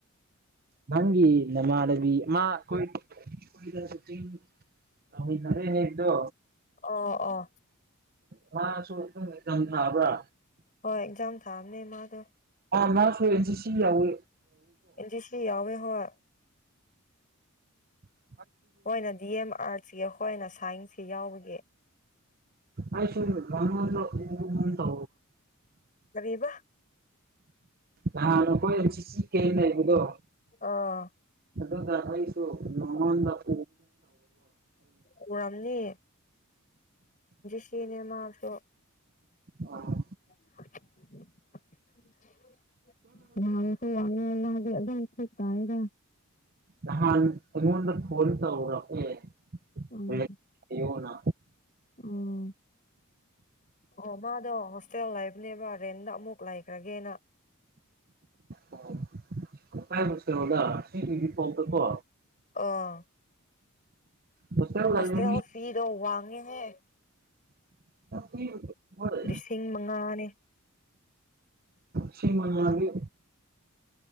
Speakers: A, on the right; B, on the left.
A: ꯅꯪꯤ ꯅꯃꯥ ꯔꯕꯤꯣꯏ ꯅꯔꯦꯅꯤꯗꯣ
B: ꯑ ꯑꯥ
A: ꯝ ꯃꯥꯁꯨ ꯑꯗꯨꯝ ꯏꯊꯝ ꯊꯥꯕ꯭ꯔꯥ
B: ꯍ ꯑꯦꯛꯖꯥꯝ ꯊꯥꯑꯕꯃꯦ ꯃꯥꯗ
A: ꯑꯥ ꯅꯁꯨ ꯑꯦꯟ ꯁꯤ ꯁꯤ ꯌꯥꯎꯋꯦ
B: ꯑꯦꯖꯤ ꯁꯤ ꯑ ꯍ
A: ꯑ
B: ꯍꯣꯏꯅ ꯗꯤ ꯑꯦꯝ ꯑꯥꯔꯠꯁꯀꯤ ꯑꯩꯈꯣꯏꯅ ꯁꯥꯏꯟꯁꯁꯤ ꯌꯥꯎꯕꯒꯤ
A: ꯑꯩꯥꯏ ꯁ ꯗ ꯏ ꯃ ꯇ
B: ꯀꯔꯤꯕ
A: ꯑ ꯅꯈꯣꯏ ꯆ ꯆ ꯀ ꯑꯩꯕꯗꯣ
B: ꯑꯥ
A: ꯑꯗꯨꯗꯔ ꯍꯥꯏꯁꯨ ꯂꯉꯟꯗꯄ
B: ꯄꯨꯔꯝꯅꯤ ꯁꯤꯅꯦ ꯃꯥꯁꯨ
A: ꯑꯥ
B: <unintelligible> ꯁꯨ ꯋꯥ ꯍꯥꯏꯦ ꯑꯗꯨ ꯁꯤ ꯇꯗ
A: ꯅꯍꯥꯟ ꯑꯩꯉꯣꯟꯗ ꯐꯣꯟ ꯇꯧꯔꯣ ꯑꯦꯌꯣꯅ
B: ꯎꯝ ꯎꯝ ꯑꯣ ꯃꯥꯗꯣ ꯍꯣꯁꯇꯦꯜ ꯍꯥꯏꯕꯅꯦꯕ ꯔꯦꯟꯗ ꯑꯃꯨꯛ ꯂꯩꯈ꯭ꯔꯒꯦꯅ
A: ꯑꯣ ꯍꯥꯏꯕꯨꯨꯁꯔꯣꯗ ꯁꯤꯒꯤꯗꯤ ꯄꯣꯝꯇꯀꯣ
B: ꯑꯥ
A: ꯍꯣꯁꯇꯦꯜ
B: ꯍꯁꯇ
A: ꯂꯩꯕ
B: ꯍ ꯐꯤꯗꯣ ꯋꯥꯥꯡꯉꯦ ꯍ
A: ꯃꯤ ꯍꯣꯏ
B: ꯂꯤꯁꯤꯡ ꯃꯉꯥꯅꯦ
A: ꯁꯤꯤꯡꯃ ꯌꯥꯒꯤ